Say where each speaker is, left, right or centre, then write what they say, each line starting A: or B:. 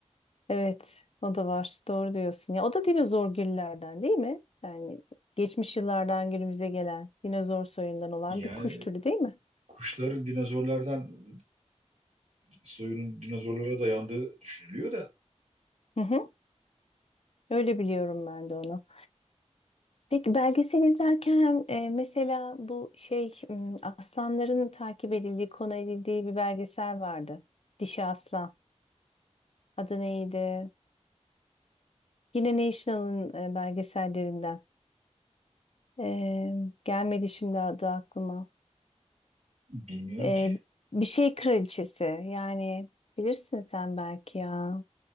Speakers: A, on the left; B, on the right.
A: Evet, o da var. Doğru diyorsun. Ya o da dinozor gillerden değil mi? Yani geçmiş yıllardan günümüze gelen dinozor soyundan olan
B: Yani
A: bir kuş türü değil mi?
B: kuşların dinozorlardan soyunun dinozorlara dayandığı düşünülüyor da
A: Hı hı. Öyle biliyorum ben de onu. Peki belgesel izlerken e, mesela bu şey m, aslanların takip edildiği, konu edildiği bir belgesel vardı. Dişi Aslan. Adı neydi? Yine National'ın e, belgesellerinden. E, gelmedi şimdi adı aklıma.
B: bilmiyorum
A: Ee,
B: ki.
A: bir şey kraliçesi yani bilirsin sen belki ya.